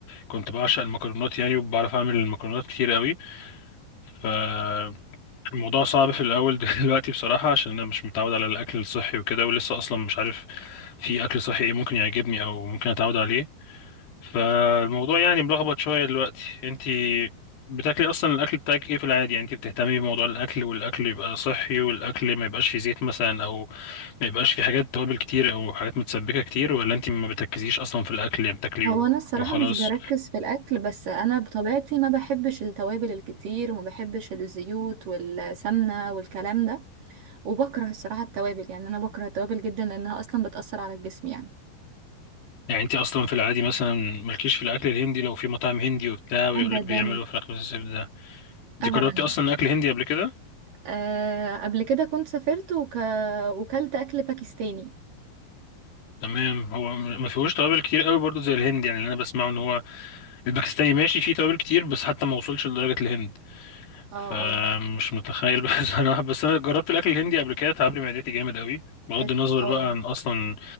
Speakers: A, on the left; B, on the right.
A: كنت بعشق المكرونات يعني وبعرف أعمل المكرونات كتير قوي فالموضوع صعب في الأول <laughs> دلوقتي بصراحة عشان أنا مش متعود على الأكل الصحي وكده ولسه أصلا مش عارف في أكل صحي ايه ممكن يعجبني أو ممكن أتعود عليه فالموضوع يعني ملخبط شوية دلوقتي انت بتاكلي اصلا الاكل بتاعك ايه في العادي يعني انت بتهتمي بموضوع الاكل والاكل يبقى صحي والاكل ما يبقاش فيه زيت مثلا او ما يبقاش فيه حاجات توابل كتير او حاجات متسبكة كتير ولا انت ما بتركزيش اصلا في الاكل يعني بتاكلي
B: هو
A: و-
B: انا الصراحه
A: وخلاص
B: مش بركز في الاكل بس انا بطبيعتي ما بحبش التوابل الكتير وما بحبش الزيوت والسمنه والكلام ده وبكره الصراحه التوابل يعني انا بكره التوابل جدا لانها اصلا بتاثر على الجسم يعني
A: يعني انت اصلا في العادي مثلا مالكيش في الاكل الهندي لو في مطاعم هندي وبتاع ويقول
B: ابدا
A: لك بيعملوا فراخ بالزبدة ده انت
B: ابدا
A: جربتي اصلا اكل هندي قبل كده
B: أه قبل كده كنت سافرت وك... وكلت اكل باكستاني
A: تمام هو م- ما فيهوش توابل كتير قوي برضه زي الهند يعني اللي انا بسمعه ان هو الباكستاني ماشي فيه توابل كتير بس حتى ما وصلش لدرجة الهند
B: اه
A: فمش
B: اه
A: متخيل <laughs> بس انا بس انا جربت الاكل الهندي قبل كده تعبلي معدتي جامد قوي بغض
B: ات-
A: النظر
B: اه
A: بقى عن اصلا